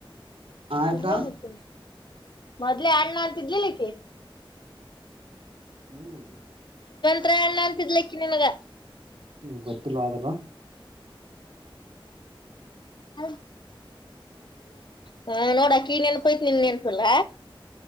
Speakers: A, on the right; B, on the left.
A: ಆಯ್ತಾ
B: ಇದ ಎನ್ ಮಾಡ್ಕೊಂಡಿ ಮೊದ್ಲೇ ಅಣ್ಣ ಅಂತಿದ್ಲಿಲ್ ಇಕಿ.
A: ಹ್ಮ್
B: ತ್ರೆ ಅಣ್ಣ ಅಂತಿದ್ಲಿಕಿ ನಿಂಗ.
A: ಹ್ಮ ಗೊತ್ತಿಲ್ಲ ಆದ್ರ.
B: <unintelligible> ಹ ನೋಡ ಅಕೀಗ್ ನೆನ್ಪ ಐತಿ ನಿಂಗ್ ನೆನಪಿಲ್ಲ.